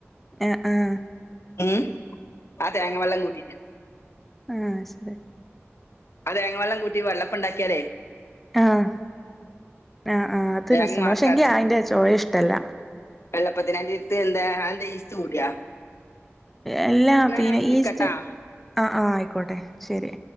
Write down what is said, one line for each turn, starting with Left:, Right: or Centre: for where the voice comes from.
Centre: എഹ് ആഹ്
Left: ഉം.. ആ തേങ്ങ വെള്ളം കൂട്ടിട്ട്
Centre: ആഹ് ശരി
Left: ആ തേങ്ങ വെള്ളം കൂട്ടി വെള്ളപ്പംണ്ടാക്കിയാലേ
Centre: ആഹ് ആഹ് ആഹ് അത്
Left: തേങ്ങ
Centre: രസാണ്
Left: മാത്രം
Centre: പക്ഷെങ്കി
Left: അരച്ചിട്ട്
Centre: അയിന്റെ ചൊവ ഇഷ്ട്ടല്ല
Left: വെള്ളപ്പത്തിന് അയിൻ്റെ ഇടുത്ത് എന്താ അതെന്താ ഇസ്റ്റ് കൂടിയാ
Centre: എല്ലാ
Left: എന്നാ
Centre: പിന്നെ
Left: ഞാൻ വിളിക്കട്ടാ
Centre: ഈസ്റ്റ് ആഹ് ആഹ് ആയിക്കോട്ടെ ശരി